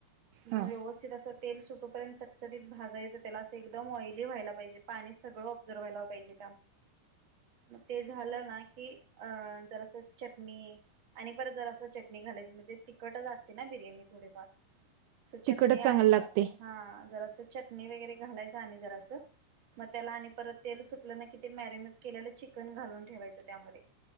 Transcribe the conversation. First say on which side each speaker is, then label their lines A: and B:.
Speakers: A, on the right (about 40°); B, on the right (about 85°).
A: मग
B: हा
A: व्यवस्थित असं तेल सुटूपर्यंतच चटीत भाजायचं त्याला असं एकदम ऑइली व्हायला पाहिजे. पाणी सगळं ऑब्झर्व व्हायला पाहिजे म तेज् झालं ना की अ जरास चटणी आणि परत जरासं चटणी घालायची म्हणजे तिखटच असते ना बिर्याणी थोडेफार सो चटणी
B: तिखटच
A: आणि
B: चांगलं
A: जरा
B: लागते
A: हा जरास चटणी वगैरे घालायच आणि जरासं मग त्याला आणि परत तेल सुटलं ना की ते मॅरिनेट केलेलं चिकन घालून ठेवायचं त्यामध्ये